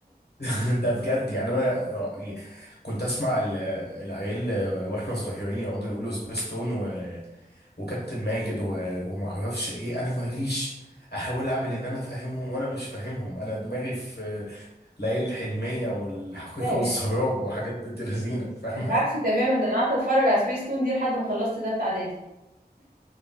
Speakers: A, on the left; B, on the right.
A: <laughs> ده بجد يعني انا كنت اسمع ال- العيال واحنا صغيرين يقعدوا يقولوا سبيستون و... وكابتن ماجد و... وما اعرفش ايه انا ماليش احاول اعمل ان انا فاهمهم وانا مش فاهمهم انا دماغي في ليالي الحلمية والحقيقة
B: <laughs> لا يا
A: والسراب وحاجات بنت لذينة فاهمة
B: انت عكسي تماما ده انا قعدت اتفرج على سبيس تون دي لحد ما خلصت تالتة اعدادي